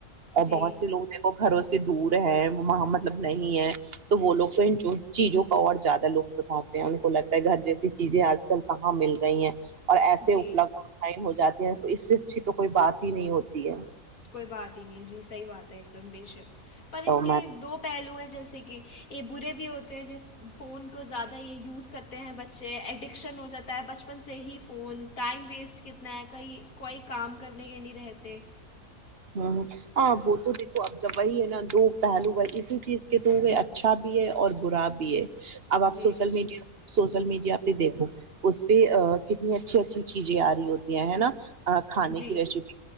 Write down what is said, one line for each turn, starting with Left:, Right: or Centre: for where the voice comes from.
Right: اور
Left: جی
Right: بہت سے لوگ میرے کو گھروں سے دور ہے وہاں مطلب نہیں ہے تو وہ لوگ تو ان چیزوں کا اور زیادہ لطف اٹھاتے ہیں ان کو لگتا ہے گھر جیسی چیزیں آج کل کہاں مل رہی ہیں اور ایسے
Left: جی
Right: اپلبدھ آن لائن ہو جاتی ہیں تو اس سے اچھی تو کوئی بات ہی نہیں ہوتی یا
Left: کوئی بات ہی نہیں ہے جی صحیح بات ہے ایک دم بے شک پر
Right: تو
Left: اس کے
Right: میں
Left: دو پہلو ہیں جیسے کہ یہ برے بھی ہوتے ہیں جیس فون کو زیادہ یہ یوز کرتے ہیں بچے ایڈکشن ہو جاتا ہے بچپن بپن سے ہی فون ٹائم ویسٹ کتنا ہے کہیں کوئی کام کرنے کے نہیں رہتے
Right: ہ ہ ہاں وہ تو دیکھو اب جب وہی ہے نا دو پہلو وہی اسی چیز کے تو ہو اچھا بھی ہے اور برا بھی ہے اب
Left: جی
Right: آپ سوشل میڈیا سوشل میڈیا دیکھو اس پہ ا کتنی اچھی اچھی چیزیں آ رہی ہوتی ہیں ہے نا کھانے
Left: جی
Right: کی ریسیپی